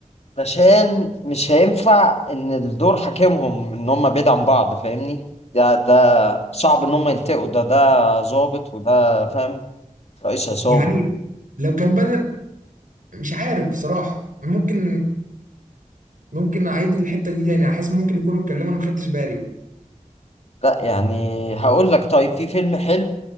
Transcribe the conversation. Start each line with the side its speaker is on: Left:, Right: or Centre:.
Left: علشان مش هينفع ان الدور حاكمهم ان هم بعيد عن بعض فاهمني ده ده صعب ان هم يلتقوا ده ده ظابط وده فاهم رئيس عصابة
Right: يعني لو كان بدل مش عارف بصراحة ممكن ممكن اعيد الحتة دي تاني حاسس ممكن يكونوا اتكلموا انا ما خدتش بالي
Left: لا يعني هقول لك طيب في فيلم حلو